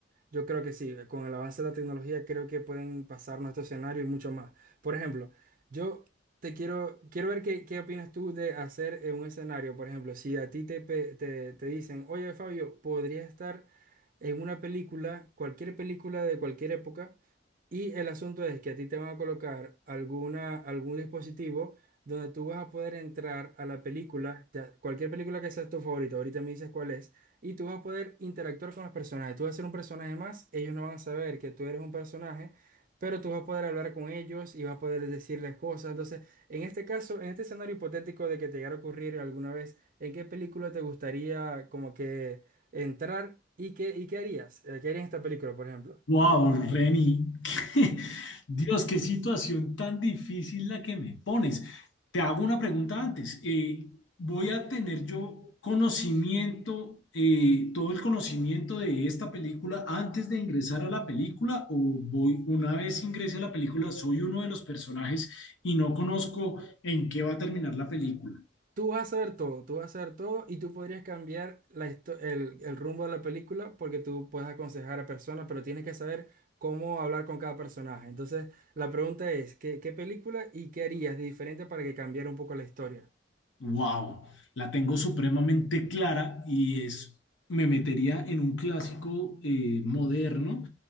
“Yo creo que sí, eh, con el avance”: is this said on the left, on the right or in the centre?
Right